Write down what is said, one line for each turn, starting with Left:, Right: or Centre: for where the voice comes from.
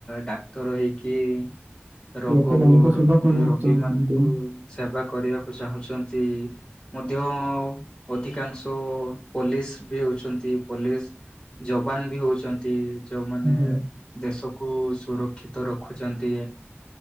Left: ଡାକ୍ତର ହେଇକି ରୋଗକୁ
Right: ଲୋକମାନଙ୍କ ସେବା କରିବାକୁ
Left: ରୋଗୀମାନଙ୍କୁ
Right: ଚାହୁଁଛନ୍ତି
Left: ସେବା କରିବାକୁ ଚାହୁଁଛନ୍ତି। ମଧ୍ୟ ଅଧିକାଂଶ ପୋଲିସ୍ ବି ହଉଛନ୍ତି। ପୋଲିସ୍ ଯବାନ ବି ହଉଛନ୍ତି। ଯୋଉମାନେ
Right: ହଁ।
Left: ଦେଶକୁ କୁ ସୁରକ୍ଷିତ ରଖୁଛନ୍ତି।